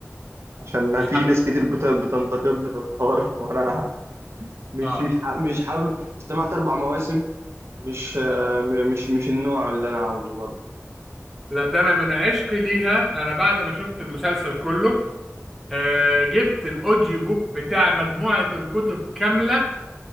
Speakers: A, on the right; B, in the centre.
A: عشان
B: مش
A: في
B: حلقة
A: ناس كتير بت- بتنتقدني في الحوار <laughs> وانا مش
B: اه
A: مش ح- مش حابب استمعت اربع مواسم مش آه،
B: آه.
A: م- مش مش النوع اللي انا عاوزه برضه
B: لا ده انا من عشقي ليها انا بعد ما شفت المسلسل كله آه جبت الاوديو بوك بتاع مجموعة الكتب كاملة